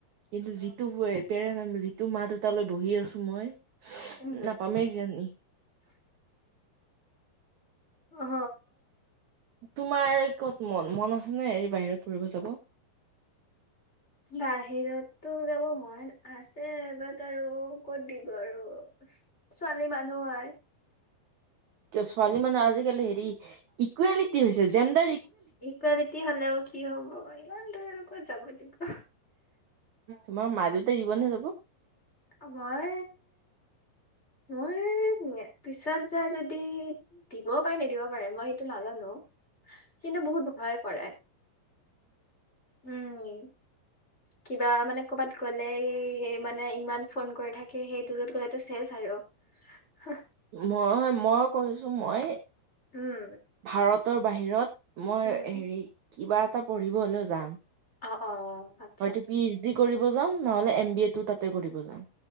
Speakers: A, on the right; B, on the left.
A: কিন্তু যিটো পেৰে যিটো মা দুটালৈ বহি আছো মই
B: উম,
A: নাপামে কিজানি।
B: অঁ।
A: তোমাৰ ক'ত মন মন আছে নে হেৰি বাহিৰত ফুৰিব যাব?
B: বাহিৰততো যাব মন আছে বাট আৰু ক'ত দিব আৰু। ছোৱালী মানুহ হয়।
A: কিয় ছোৱালী মানে আজিকালি হেৰি ইকুৱেলিটি হৈছে জেণ্ডাৰ
B: ইকুৱেলিটি হলেও কি হব ইমান দূৰ আৰু কত যাব দিব।
A: তোমাৰ মা দেউতাই দিব নে যাব?
B: আমাৰ মইয়ে পিছত যায় যদি দিবও পাৰে নিদিব পাৰে মই সেইটো নাজানো। কিন্তু বহুত ভয় কৰে। উম কিবা মানে কৰ'বাত গ'লে মানে ইমান। ফোন কৰি থাকে সেই দূৰত গ'লেতো চেচ আৰু হা।
A: মই মই কৈছো মই
B: উম
A: ভাৰতৰ বাহিৰত। মই
B: উম
A: হেৰি কিবা এটা পঢ়িব হ'লেও যাম।
B: অঁ'অঁ'অঁ'
A: হয়তো পি এইচ ডি কৰিব যাওঁ নহলে এম বি এটো তাতে কৰিব যাওঁ